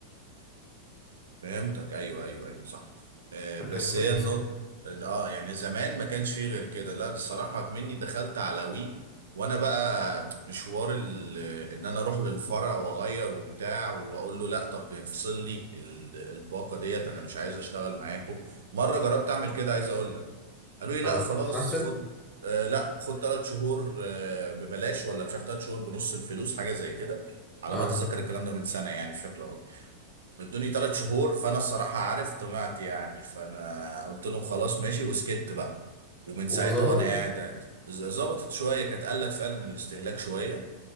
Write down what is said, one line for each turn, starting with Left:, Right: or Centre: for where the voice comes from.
Right: فهمتك ايوه ايوه ايوه صح آه
Left: فكانت
Right: بس
Left: كويسه
Right: هي النقطة
Left: يعني
Right: اه يعني زمان ما كانش فيه غير كده لا الصراحة مني دخلت على وي وانا بقى مشوار ال- ان انا اروح للفرع واغير وبتاع واقول له لا طب افصل لي ال- الباقة ديت انا مش عايز اشتغل معاكم مرة جربت اعمل كده عايز اقول لك قالوا لي لا
Left: اه
Right: خلاص
Left: اتحسن
Right: خد آه لا خد ثلاث شهور آه ببلاش ولا مش عارف ثلاث شهور بنص الفلوس حاجة زي كده على
Left: اه
Right: ما اتذكر الكلام ده من سنة يعني مش فاكره قوي ادوني ثلاث شهور فانا الصراحه عارف طمعت يعني فانا قلت لهم خلاص ماشي وسكت بقى ومن ساعتها
Left: وظبطت
Right: وانا قاعد عادي ز- ظبطت شويه كانت قلت فعلا الاستهلاك شويه